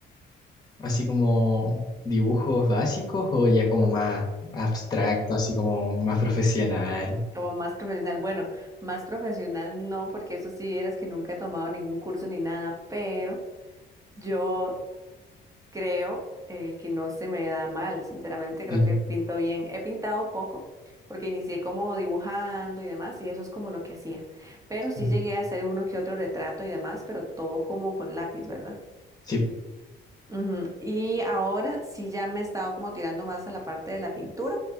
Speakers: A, on the left (about 20°); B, on the right (about 15°).
A: así como dibujos básicos o ya como más abstracto, así como más profesional.
B: como más profesional. Bueno, más profesional no, porque eso sí, vieras que nunca he tomado ningún curso ni nada, pero yo creo eh, que no se me da mal, sinceramente, creo
A: Claro.
B: que pinto bien. He pintado poco porque inicié como dibujando y demás y eso es como lo que hacía. Pero
A: claro.
B: sí llegué a hacer uno que otro retrato y demás, pero todo como con lápiz, ¿verdad?
A: Sí,
B: Ujú. Y ahora sí ya me he estado como tirando más a la parte de la pintura,